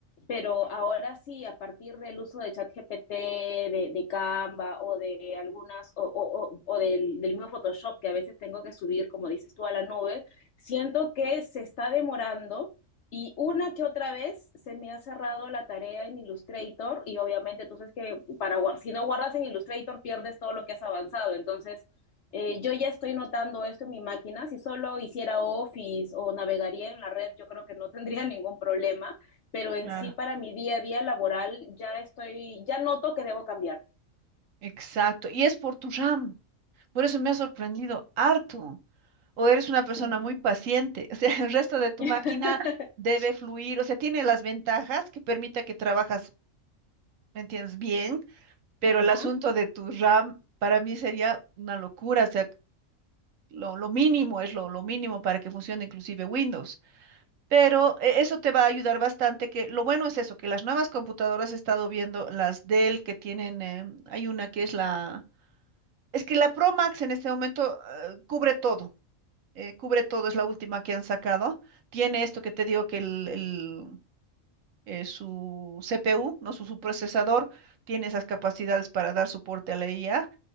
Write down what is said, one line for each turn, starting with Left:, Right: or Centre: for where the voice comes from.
Left: pero ahora sí, a partir del uso de ChatGPT, de, de Canva o de algunas, o, o, o o del, del, mismo Photoshop que a veces tengo que subir, como dices tú, a la nube, siento que se está demorando y una que otra vez se me ha cerrado la tarea en Illustrator y obviamente tú sabes que para, si no guardas en Illustrator pierdes todo lo que has avanzado. Entonces, eh, yo ya estoy notando esto en mi máquina. Si solo hiciera Office o navegaría en la red, yo creo que no <laughs> tendría ningún problema. Pero en
Right: Claro.
Left: sí, para mi día a día laboral, ya estoy, ya noto que debo cambiar.
Right: Exacto, y es por tu RAM. Por eso me ha sorprendido harto. O eres una persona
Left: Mm.
Right: muy paciente. O sea, <laughs> el resto de tu
Left: <laughs>
Right: máquina debe fluir. O sea, tiene las ventajas que permita que trabajas, ¿me entiendes? Bien, pero
Left: Ajá.
Right: el asunto de tu RAM para mí sería una locura. O sea, lo, lo mínimo es lo, lo mínimo para que funcione inclusive Windows. Pero eh, eso te va a ayudar bastante, que lo bueno es eso, que las nuevas computadoras he estado viendo, las Dell que tienen, em, hay una que es la... Es que la Pro Max en este momento eh, cubre todo, eh, cubre todo, es la última que han sacado. Tiene esto que te digo que el, el, eh, su CPU, no su, su procesador, tiene esas capacidades para dar soporte a la IA